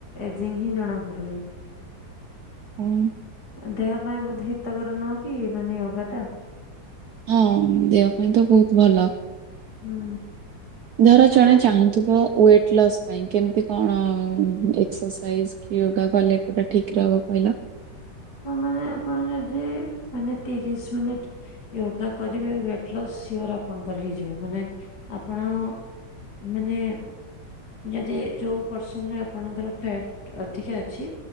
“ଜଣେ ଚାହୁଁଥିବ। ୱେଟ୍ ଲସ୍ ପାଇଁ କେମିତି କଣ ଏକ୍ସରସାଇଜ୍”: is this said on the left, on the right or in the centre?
Right